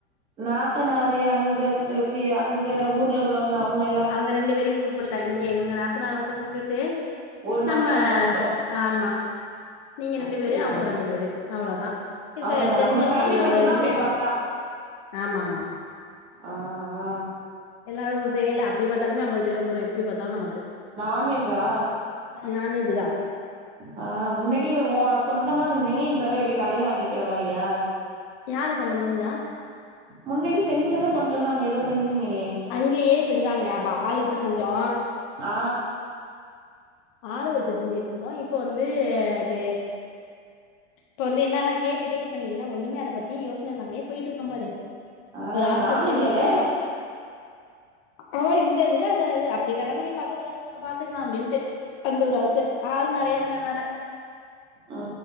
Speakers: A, on the right; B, on the left.
A: நாத்தனாரே அங்க செ சி அங்க ஊர்ல உள்ளவுங்க அவுங்க
B: அவுங்க ரெண்டு பேரையு கூப்புல்ல இங்கே இவுங்க நாத்தனார மட்டு கூப்டுட்டு
A: ஒரு
B: நம்ம
A: நாத்தனார் மட்டு
B: ஆமா நீங்க ரெண்டு
A: அப்டியா
B: பேரு அவனுவோ ரெண்டு பேரு அவ்ளோதா இப்ப
A: அவ்ளோதா
B: தெரிஞ்சவங்கல்ல
A: நம்ம ஃபேமிலி மட்டுந்தா
B: ஒரு இந்த
A: அப்டி பாத்தா
B: ஆமா ஆமா
A: ஆ ஆ
B: எல்லாரு செய்யல அப்டி பாத்தாலுமே அம்பது பேர் வந்துரு எப்டி பாத்தாலு நமக்கு
A: நான்வெஜ்ஜா
B: நான்வெஜ் தா
A: ஆ முன்னாடி ஓ சொந்தமா செஞ்சீங்க இந்தடவ எப்டி கடையில வாங்கிக்கிற மாரியா
B: யாரு சொந்த மதுஞ்சா
A: முன்னேடி செஞ்சுதானே கொண்டு வந்த அங்க ஏதோ செஞ்சீங்களே
B: அங்கேயே செஞ்சாங்களே அப்ப ஆளு வச்சி செஞ்சோ
A: ஆ
B: ஆளு வச்சு செஞ்சிட்டுருந்தோ இப்போ வந்து அது இப்போ வந்து என்னன்னா கேட்டுட்டே இருக்க நீ இன்னு ஒண்ணுமே அத பத்தியே யோசன இல்லாமயே போயிட்ருக்க பாரு
A: ஆ
B: ஒரு ஆள்ட்ட
A: நாள்
B: சொல்லிட்டு
A: இல்லல
B: அதா இந்த இதுல அது அது அப்டி இல்லனா நீங்க பக்கத்துல தான பாத்துக்கலா அப்டின்ட்டு அந்த ஒரு அழச்ச ஆள் நெறைய இருக்கனால
A: ஆ